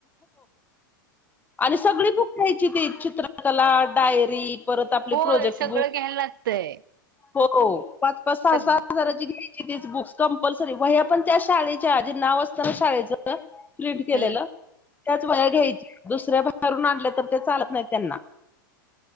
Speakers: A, on the left (about 15°); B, on the right (about 70°).
A: आणि सगळी बुक घ्यायची ते चित्रकला डायरी परत आपले
B: होय
A: प्रोजेक्ट
B: सगळं घ्यायला लागतंय
A: हो पाच पाच सहा
B: सग
A: सहा हजाराची ग करीण त्या शाव असना श प्रिंट केलेलं
B: ह
A: त्याच वया घ्यायची दुसऱ्या बाहेरून आणले तर ते चालत नाही त्यांना